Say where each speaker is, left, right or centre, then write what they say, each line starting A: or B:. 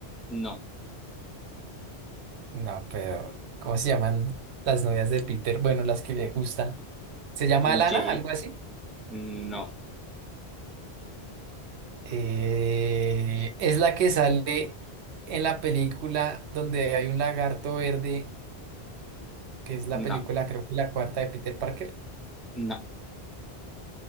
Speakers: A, in the centre; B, on the right.
A: no,
B: No, pero ¿cómo se llaman las novias de Peter? Bueno, las que le gustan. ¿Se llama
A: MJ,
B: Lana? Algo así.
A: no,
B: Eh, es la que sale en la película donde hay un lagarto verde, que es la
A: no,
B: película, creo que la cuarta de Peter Parker.
A: no,